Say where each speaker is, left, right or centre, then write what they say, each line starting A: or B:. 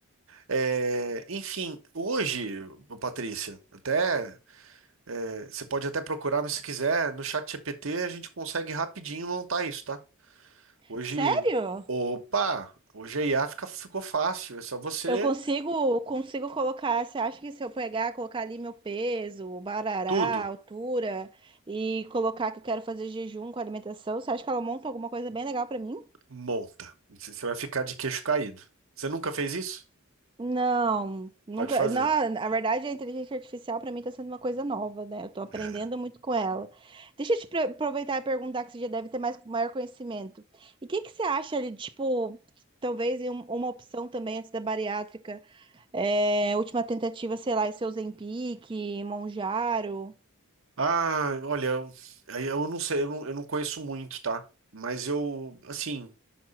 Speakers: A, on the right; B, on the right.
A: É, enfim, hoje, ô Patrícia, até é, você pode até procurar, mas se quiser, no chat GPT a gente consegue rapidinho montar isso, tá? Hoje,
B: Sério?
A: opa, hoje a IA fica- ficou fácil, é só você
B: Eu consigo, consigo colocar. Você acha que se eu pegar, colocar ali meu peso, o barará,
A: tudo
B: a altura e colocar que eu quero fazer jejum com alimentação, você acha que ela monta alguma coisa bem legal pra mim?
A: monta. Você você vai ficar de queixo caído. Você nunca fez isso?
B: Não, nunca.
A: Pode fazer.
B: Não, na verdade, a inteligência artificial para mim está sendo uma coisa nova, né? Eu estou aprendendo
A: É.
B: muito com ela. Deixa eu te pre- aproveitar e perguntar que você já deve ter mais maior conhecimento. E o que que você acha ali, tipo, talvez em um- uma opção também antes da bariátrica, é, última tentativa, sei lá, esse Ozempic, Monjaro.
A: Ah, olha, eu, aí eu não sei, eu não, eu não conheço muito, tá? Mas eu, assim.